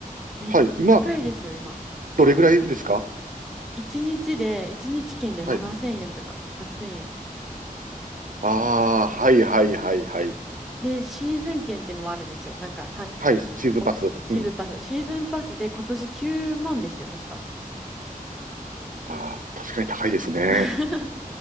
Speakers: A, in the centre; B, on the right.
A: めっちゃ高いですよ、
B: はい。今、
A: 今。
B: どれぐらいですか
A: 1日で、1日券で7000円とか8000円。
B: はい。ああ、はいはいはいはい。
A: で、シーズン券っていうのもあるんですよ。なんかさん
B: はい、シーズンパス。
A: お、シーズンパス。
B: うん。
A: シーズンパスで今年9万でしたよ、確か。
B: ああ、確かに高いですね。
A: <laughs>